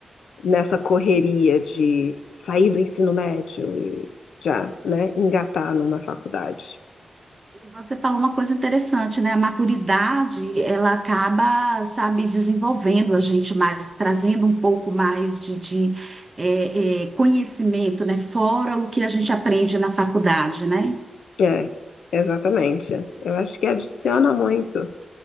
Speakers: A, on the left (about 85°); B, on the right (about 25°).
A: nessa correria de sair do ensino médio e já, né, engatar numa faculdade.
B: Você falou uma coisa interessante, né? A maturidade, ela acaba, sabe, desenvolvendo a gente mais, trazendo um pouco mais de, de, eh, eh, conhecimento, né? Fora o que a gente aprende na faculdade, né?
A: É, exatamente. Eu acho que adiciona muito.